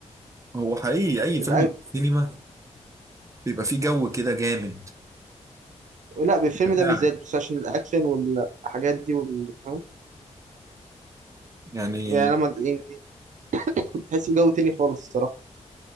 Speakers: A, on the right; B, on the right.
A: هو حقيقي أي
B: الأ-
A: فيلم سينما بيبقى فيه جو كده جامد
B: لا بالفيلم
A: تفاعل
B: ده بالذات بس عشان الاكشن والحاجات دي وال... فاهم؟
A: يعني
B: يعني لما يعني تحس بجو تاني خالص الصراحه